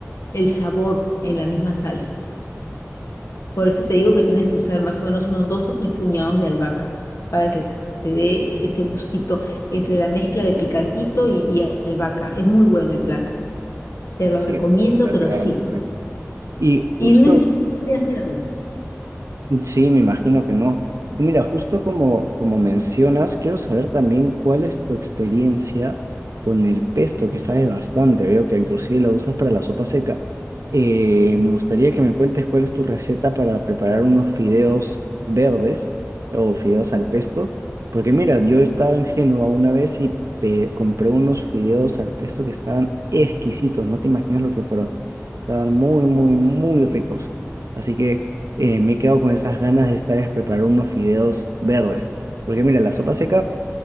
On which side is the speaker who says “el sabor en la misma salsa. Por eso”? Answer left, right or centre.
Left